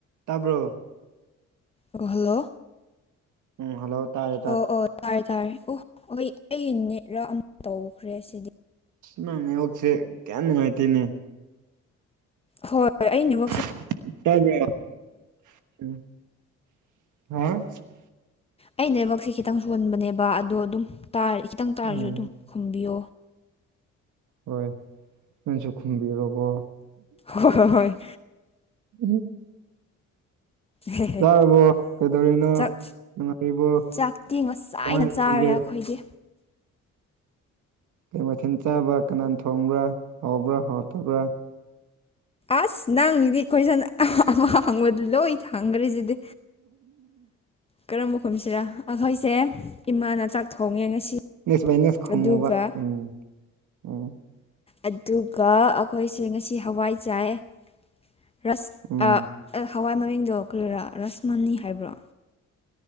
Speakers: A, on the right; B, on the left.
A: ꯇꯥꯕ꯭ꯔꯣ
B: ꯍꯜꯂꯣ
A: ꯎꯝ ꯍꯂꯧ ꯇꯥꯏꯌꯦ
B: ꯑꯣ ꯑꯣ ꯇꯥꯔꯦ ꯇꯥꯔꯦ ꯑꯣ ꯍꯣꯏ ꯑꯩ ꯅꯦꯠꯂ ꯑꯃ ꯇꯧꯈ꯭ꯔꯦ ꯁꯤꯗꯤ
A: ꯅꯪ ꯅꯦꯠꯋꯥꯛꯁꯦ ꯀꯌꯥ ꯅꯨꯡꯉꯥꯏ ꯇꯦꯅꯦ
B: ꯍꯣꯏ ꯑꯩꯅꯦꯠꯋꯥꯛ
A: <unintelligible>
B: ꯑꯩꯅꯕꯃꯛꯁꯦ ꯈꯤꯇꯪ ꯁꯣꯟꯣꯟꯕꯅꯦꯕ ꯑꯗꯣ ꯑꯗꯨꯝ ꯇꯥ ꯈꯤꯇꯪ ꯇꯥꯔꯁꯨ
A: ꯎꯝ
B: ꯑꯗꯨꯝ ꯈꯨꯝꯕꯤꯌꯣ
A: ꯍꯣꯏ ꯅꯪꯁꯨ ꯈꯨꯝꯕꯤꯔꯣꯀꯣ
B: ꯍꯣꯏ ꯍꯣꯏ
A: ꯎꯝ
B: ꯍ ꯍꯣꯏ
A: ꯆꯥꯔꯕꯣ ꯀꯩꯗꯧꯔꯤꯅꯣ
B: ꯆꯥꯛ
A: ꯅꯨꯡꯉꯥꯏꯔꯤꯕꯣ
B: ꯆꯥꯛꯇꯤ ꯉꯁꯥꯏꯅ
A: ꯀꯃꯥꯏꯅ ꯂꯩꯔꯤꯒꯦ
B: ꯆꯥꯔꯦ ꯑꯩꯈꯣꯏꯗꯤ
A: ꯀꯩ ꯃꯊꯤꯟ ꯆꯥꯕ ꯀꯅꯥꯅ ꯊꯣꯡꯕ꯭ꯔꯥ ꯍꯥꯎꯕ꯭ꯔꯥ ꯍꯥꯎꯔꯇꯕ꯭ꯔꯥ
B: ꯑꯁ ꯅꯪꯒꯤꯗꯤ ꯀꯣꯏꯁꯟ ꯑꯃꯥ ꯍꯪꯕꯗꯨ ꯂꯣꯏ ꯊꯥꯡꯈ꯭ꯔꯔꯤꯁꯤꯗꯤ ꯀꯔꯝꯕ ꯈꯨꯝꯁꯤꯔꯥ ꯑꯩꯈꯣꯏꯁꯦ ꯏꯃꯥꯅ ꯆꯥꯛ ꯊꯣꯡꯉꯦ ꯉꯁꯤ
A: <unintelligible>
B: ꯑꯗꯨꯒ
A: ꯎꯝ ꯎꯝ
B: ꯑꯗꯨꯒ ꯑꯩꯈꯣꯏꯁꯦ ꯉꯁꯤ ꯍꯋꯥꯏ ꯆꯥꯏꯌꯦ ꯔꯁ
A: ꯎꯝ
B: ꯑ ꯍꯋꯥꯏ ꯃꯃꯤꯡꯗꯣ ꯀꯔꯤꯔꯥ ꯔꯁꯃꯅꯤ ꯍꯥꯏꯕ꯭ꯔꯣ